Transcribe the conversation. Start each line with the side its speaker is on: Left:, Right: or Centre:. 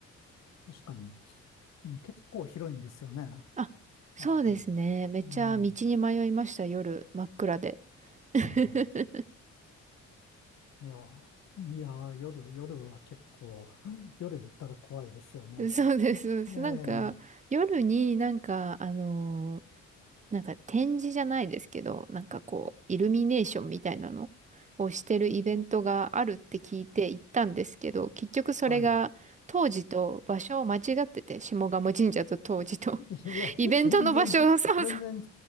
Left: 確かに。うん、結構広いんですよね、
Right: あ、そうですね。
Left: あそこ。
Right: めっちゃ道に迷いました、
Left: うん、
Right: 夜、真っ暗で。<laughs>
Left: うん。いやー、いやー、夜、夜は結構、<laughs> 夜行ったら怖いですよね。
Right: そうです、そうです。
Left: ええ、
Right: なんか、夜になんか、あのーなんか展示じゃないですけど、なんかこう、イルミネーションみたいなのをしてるイベントがあるって聞いて行ったんですけど、
Left: うう
Right: 結局それが当時と場所を間違ってて、
Left: はい。
Right: 下鴨神社と当時と、
Left: いや、
Right: <laughs> イベントの場所を、
Left: 全然、
Right: そうそう。
Left: 全然、